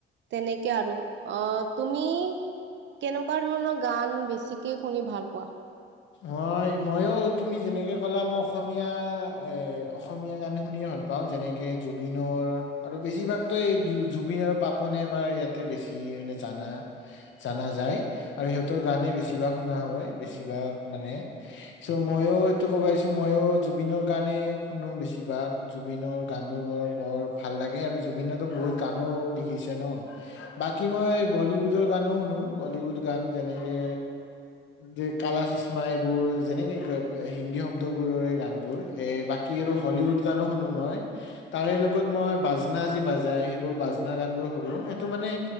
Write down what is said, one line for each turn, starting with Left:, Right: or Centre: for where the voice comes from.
Right: তেনেকে আৰু অঁ তুমি কেনেকুৱা ধৰণৰ গান বেছিকে শুনি ভাল পোৱা?
Left: মই মইয়ো তুমি যেনেকে ক'লা মই অসমীয়া এঁ অসমীয়া গানে শুনিয়ে ভাল পাওঁ। পাওঁ যেনেকে জুবিনৰ আৰু বেছিভাগতো এই জুবিন আৰু পাপনে আমাৰ ইয়াত তে বেছি মানে জানা জানা যায় আৰু সিহঁতৰ গানে বেছিভাগ শুনা হয় বেছিভাগ মানে চ' মইও এইটো ক'বা‌হিছো মইও জুবিনৰ গানে শুনো বেছিভাগ। জুবিনৰ গান বোৰ বৰ বৰ ভাল লাগে আৰু জুবিনৰতো বহুত গানো দেখিছে ন'? বাকী মই বলীউডৰ গানো শুনো, বলীউড গান যেনেকে যে কালা চচ মা এইবোৰ যেনেকে ৱে হিন্দী শব্দবোৰৰ এ গান বোৰ এ বাকী আৰু হলিউড জানো শুনো মই। তাৰে লগত মই বাজনা যি বাজাই, সেইবোৰ বাজনা গান বোৰ শুনো, সেইটো মানে